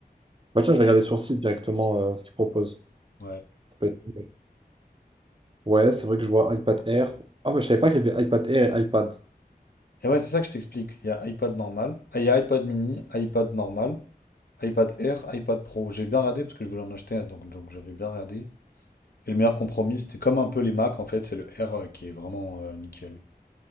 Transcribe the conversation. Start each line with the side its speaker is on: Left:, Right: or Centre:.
Right: Bah tiens, je vais regarder sur le site directement euh, ce qu'ils proposent.
Left: Ouais.
Right: Ça peut être... Ouais, c'est vrai que je vois iPad Air. Ah, mais je savais pas qu'il y avait iPad Air et iPad.
Left: Et ouais, c'est ça que je t'explique. Il y a iPad normal, ah, il y a iPad mini, iPad normal. iPad Air, iPad Pro. J'ai bien regardé parce que je voulais en acheter un, donc, donc j'avais bien regardé. Et le meilleur compromis, c'était comme un peu les Mac, en fait, c'est le R euh, qui est vraiment euh, nickel.